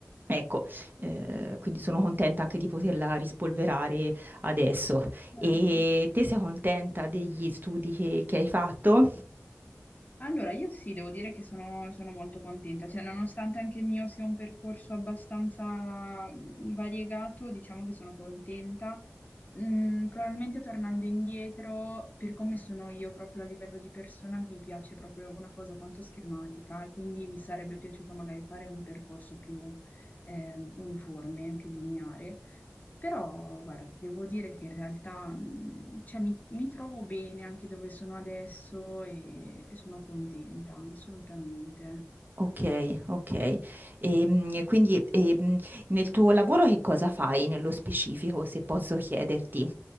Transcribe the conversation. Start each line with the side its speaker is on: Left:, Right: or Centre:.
Right: ecco, eh, quindi sono contenta anche di poterla rispolverare adesso.
Left: certo.
Right: E te sei contenta degli studi che, che hai fatto?
Left: Allora, io sì, devo dire che sono, sono molto contenta, cioè nonostante anche il mio sia un percorso abbastanza variegato, diciamo che sono contenta. Mm, probabilmente tornando indietro, per come sono io proprio a livello di persona, mi piace proprio una cosa tanto schematica e quindi mi sarebbe piaciuto magari fare un percorso più ehm, uniforme, più lineare. Però, guarda, ti devo dire che in realtà, mh, cioè, mi, mi trovo bene anche dove sono adesso e, e sono contenta, assolutamente.
Right: Ok, ok. Ehm, E, mm, quindi ehm, nel tuo lavoro che cosa fai nello specifico, se posso chiederti?